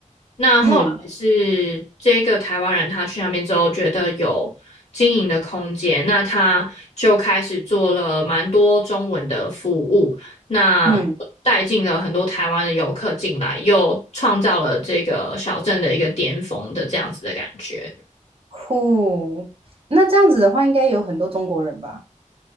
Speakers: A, on the left; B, on the right.
A: 那后来是这个台湾人他去那边之后，
B: 嗯
A: 觉得有经营的空间，那他就开始做了蛮多中文的服务。那带进了很多台湾的游客进来，
B: 嗯嗯，
A: 又创造了这个小镇的一个巅峰的这样子的感觉。
B: 酷。那这样子的话，应该有很多中国人吧？